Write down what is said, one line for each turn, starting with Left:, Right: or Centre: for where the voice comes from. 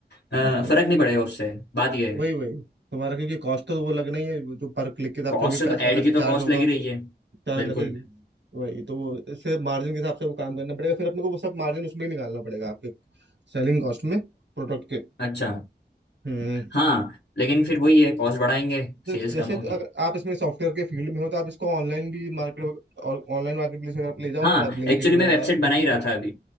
Left: अ,
Right: हाँ वही
Left: फर्क नहीं पड़ेगा उससे बात ये है
Right: वही वही तुम्हारा क्योंकि कॉस्ट तो वो लगना ही है जो पर क्लिक के हिसाब
Left: कॉस्ट
Right: से वो भी
Left: से तो
Right: पैसा
Left: ऐड
Right: लगे
Left: की तो
Right: चार्ज
Left: कॉस्ट
Right: होगा
Left: लगी रही है
Right: चार्ज
Left: बिल्कुल
Right: लगेगी वही तो वो इससे मार्जिन के हिसाब से वो काम करना पड़ेगा फिर अपने को वो सब मार्जिन उसमें ही निकालना पड़ेगा आपके सेलिंग कॉस्ट में प्रोडक्ट के
Left: अच्छा
Right: हम्म
Left: हाँ लेकिन फिर वही है कॉस्ट बढ़ाएंगे
Right: तो
Left: सेल्स
Right: जैसे
Left: कम होगी
Right: तो अगर आप इसमें सॉफ्टवेयर के फील्ड में हो तो आप इसको ऑनलाइन भी मार्केट और ऑनलाइन मार्केट प्लेस अगर आप ले जाओ
Left: हाँ
Right: ना या ब्लिंकिट
Left: एक्चुअली
Right: हुआ
Left: मैं वेबसाइट
Right: हम्म
Left: बना ही रहा था अभी